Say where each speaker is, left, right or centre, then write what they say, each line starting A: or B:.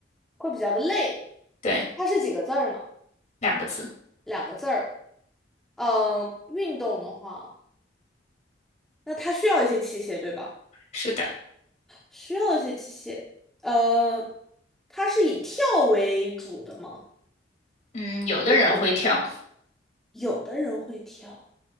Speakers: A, in the centre; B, on the left.
A: 会比较的累。
B: 对，
A: 它是几个字儿呢？
B: 两个字。
A: 两个字儿。嗯，运动的话，那它需要一些器械，对吧？
B: 是的，
A: 需要一些器械。呃，它是以跳为主的吗？
B: 嗯，有的人会跳，
A: 这个动，有的人会跳，